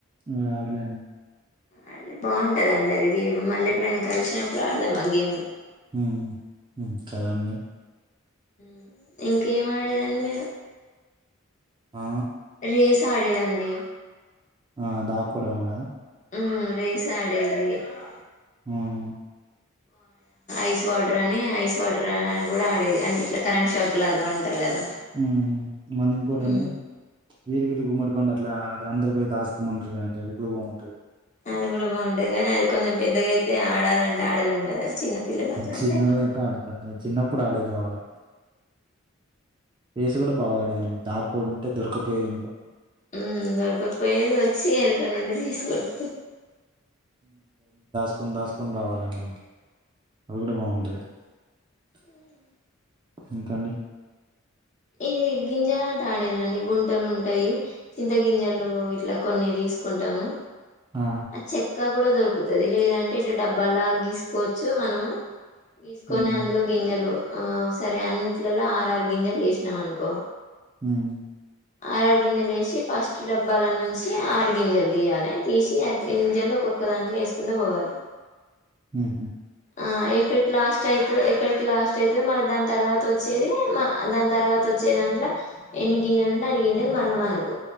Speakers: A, on the right (about 25°); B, on the left (about 35°).
A: నేన్ ఆడలేను
B: అండి బాగుంటదండి అది గేమ్ మళ్ళీ ఎప్పుడైనా కలిసిన డాడదామా గేం
A: మ్ మ్ త్తరణి
B: మ్ ఇంకేం ఆడేదండి మీరు
A: ఆ
B: చేసి ఆడేదండి
A: ఆ దాకోడమేగద
B: ఉమ్ రేస్ ఆడేది ఆ
A: ఉమ్
B: ఐస్ వాటర్ అని ఐస్ వాటర్ కూడా ఆడేది అంటే ఇట్లా కరెంట్ షాక్ లాగా అంటారు కదా
A: ఉమ్ మళ్ళీ ఇంకోటండి
B: ఉమ్
A: వీరి వీరి గుమ్మడి పండా అట్లా అందరు పోయి దాసుకోమంటారుగా అండి అది అది కూడా బాగుంటుంది
B: అది కూడా బాగుంటాది కానీ అది కొంచెం పెద్దగాయితే ఆడాలంటే ఆడలేం కదా చిన్న పిల్లలు అప్పుడంటే
A: చిన్నళ్ళు అయితే ఆడుతారు చిన్నప్పుడు ఆడేది బాగా ఫేస్ కూడా బాగాడేదండి దాకుంటే దొరికపోయేది ఇంకా
B: ఉమ్ దొరకకపోయేది వచ్చి వెనక నుండి తీసుకట్
A: తీసుకుని దాసుకుని రావాలండి అవి కూడా బాగుంటుంది అే
B: ఉమ్
A: ఇంకా అండి
B: ఇది గింజలాట ఆడేదండి గుంటలు ఉంటాయి చింత గింజలు ఇట్లా కొన్ని తీసుకుంటాము
A: ఆ!
B: అచ్చే ఇంకా కూడా దొరుకుతుంది లేదంటే ఇలా డబ్బాలాగా గీసుకోవచ్చు మనము గీసుకొని
A: హ్మ్.
B: అందులో గింజలు ఆ సరే అన్నింటిలలో ఆరు ఆరు గింజలు వేసి నామనుకో
A: ఉమ్
B: ఆర ఆరు గింజలు వేసి ఫస్ట్ డబ్బాల నుంచి ఆరు గింజలు తీయాలి తీసి ఆ గింజలు ఒక్కొక్క దాంట్లో వేసుకుంట పోవాలి
A: అ
B: ఆ ఎక్కడకి లాస్ట్ అయితే ఇక్కడికి లాస్ట్ అయితు మన దాని తర్వాత వచ్చేది దాని తర్వాత వచ్చే దాంట్లో ఎన్ని గింజలు ఉంటే అన్ని గింజలు మళ్ళా మనకు